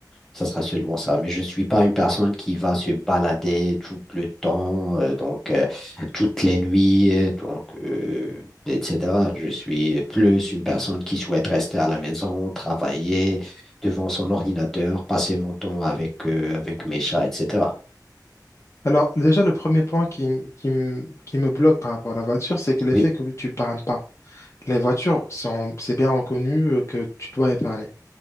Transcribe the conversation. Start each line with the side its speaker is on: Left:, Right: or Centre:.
Centre: Ça sera seulement ça. Mais je ne suis pas une personne qui va se balader tout le temps, euh, donc euh, toutes les nuits, euh, donc, euh, etc. Je suis plus une personne qui souhaite rester à la maison, travailler devant son ordinateur, passer mon temps avec, euh, avec mes chats, etc.
Left: Alors déjà le premier point qui, qui, m- qui me bloque par rapport à la voiture, c'est que l'effet
Centre: Oui,
Left: que tu épargnes pas. Les voitures, sont- c'est bien reconnu euh, que tu dois épargner,